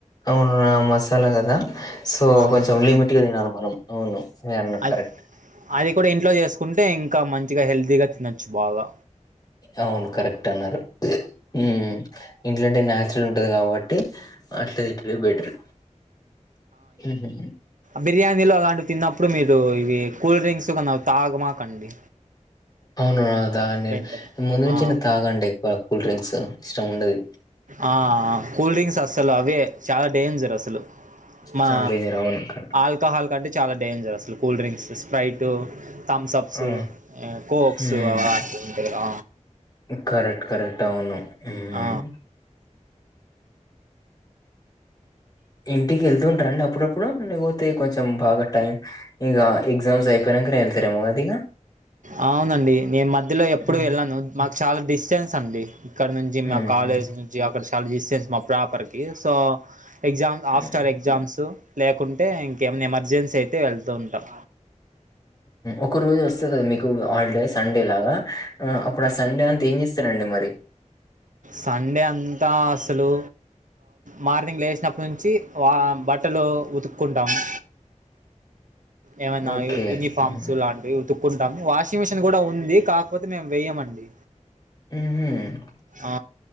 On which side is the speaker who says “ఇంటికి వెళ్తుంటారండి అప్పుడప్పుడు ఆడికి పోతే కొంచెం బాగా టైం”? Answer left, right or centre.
Left